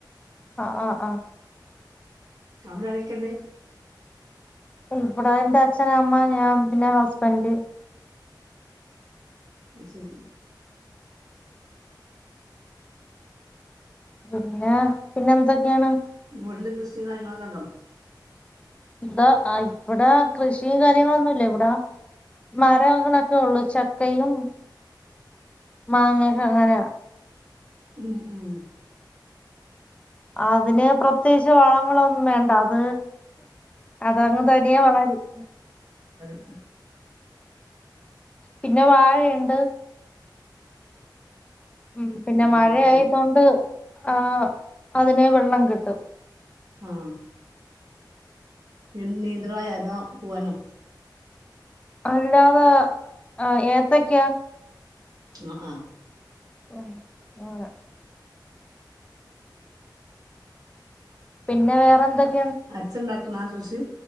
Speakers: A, on the left (about 15°); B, on the right (about 50°).
A: ആ ആ ആ
B: അവിടെ ആരക്കെണ്ട്
A: ഇവ്ടാ എൻറെ അച്ഛനമ്മ ഞാൻ പിന്നെ ഹസ്ബന്റ്
B: അയ്ശരി
A: പിന്നെ പിന്നെ എന്തൊക്കെയാണ്
B: വീട്ടില് കൃഷി കാര്യങ്ങളൊക്കെ ണ്ടോ?
A: ന്താ ആ ഇവിടെ കൃഷിയും കാര്യങ്ങളൊന്നുല്ല ഇവിടെ മരങ്ങളൊക്കെ ഉള്ളു ചക്കയും മാങ്ങെക്കെ ങ്ങനെ
B: ഉം ഉം
A: അതിന് പ്രത്യേകിച്ച് വളങ്ങളൊന്നും വേണ്ട അത് അതങ്ങ് തനിയേ വളരും.
B: ഉം ഉം
A: പിന്നെ വാഴേണ്ട് ഉം പിന്നെ
B: ആഹ്
A: മഴ
B: അത്
A: ആയതൊണ്ട്
B: ശരി
A: ആ അതിന് വെള്ളം കിട്ടും
B: ആഹ് എന്ദീ നീന്ത്രവാഴ അതോ പൂവനോ
A: അല്ലാതെ ആ ഏത്തക്യാ
B: അ ആ
A: ആ ആന പിന്നെ വേറെന്തൊക്ക്
B: അച്ഛന്ത ണ കൃഷി